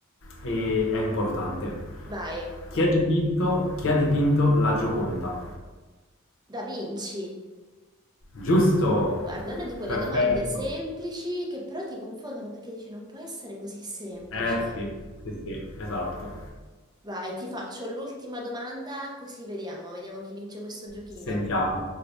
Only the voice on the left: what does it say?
e è importante.
Chi ha dipinto, chi ha dipinto la Gioconda?
Giusto,
perfetto.
Eh sì, sì, sì, esatto.
Sentiamo,